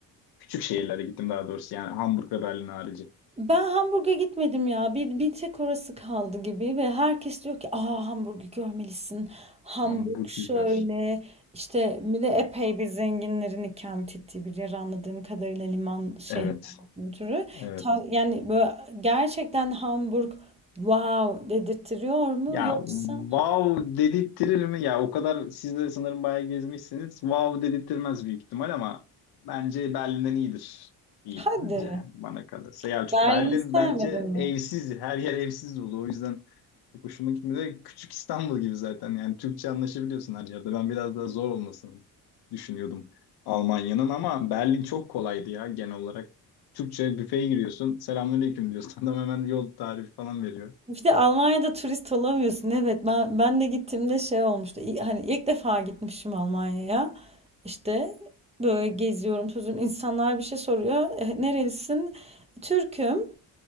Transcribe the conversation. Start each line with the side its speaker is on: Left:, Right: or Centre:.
Left: Küçük şehirlere gittim daha doğrusu. Yani Hamburg ve Berlin harici.
Right: Ben Hamburg'a gitmedim ya. Bir, bir tek orası kaldı gibi ve herkes diyor ki aa Hamburg'u görmelisin. Hamburg
Left: Hamburg
Right: şöyle
Left: güzel.
Right: işte bir de epey bir zenginlerin ikamet ettiği bir yer anladığım kadarıyla liman şehrinden
Left: Evet,
Right: türü
Left: evet.
Right: Ta- Yani böyle gerçekten Hamburg wow dedirtiyor mu
Left: Ya
Right: yoksa
Left: wow dedirttirir mi? Ya o kadar siz de sanırım bayağı gezmişsiniz. Wow dedirttirmez büyük ihtimal ama bence Berlin'den iyidir diyeyim
Right: hadi
Left: bence yani bana kalırsa. Ya çünkü
Right: Berlin'i
Left: Berlin
Right: sevmedin
Left: bence
Right: mi?
Left: evsiz, her yer evsiz dolu. O yüzden çok hoşuma gitmedi. Küçük İstanbul gibi zaten yani Türkçe anlaşabiliyorsun her yerde. Ben biraz daha zor olmasını düşünüyordum Almanya'nın ama Berlin çok kolaydı ya genel olarak. Türkçe büfeye giriyorsun. Selamünaleyküm diyorsun. <laughs> Adam hemen yol tarifi falan veriyor.
Right: Bir de Almanya'da turist olamıyorsun. Evet ben, ben de gittiğimde şey olmuştu. İ- Hani ilk defa gitmişim Almanya'ya. İşte böyle geziyorum sözüm. İnsanlar bir şey soruyor. "E, Nerelisin? Türk'üm.